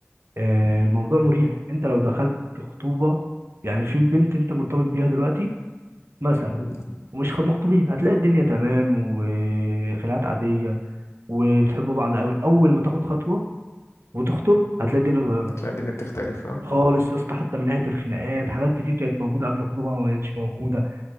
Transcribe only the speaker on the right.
آه، الموضوع مريح انت لو دخلت خطوبه يعني في بنت انت مرتبط بيها دلوقتي مثلا
ومش خ- مخطوبين هتلاقي الدنيا تمام وخناقات عاديه وبتحبوا بعض قوي اول ما تاخد خطوه وتخطب هتلاقي الدنيا اتغيرت
خالص يا اسطى حتى من ناحيه الخناقات حاجات كتير كانت موجوده قبل الخطوبه ما بقتش موجوده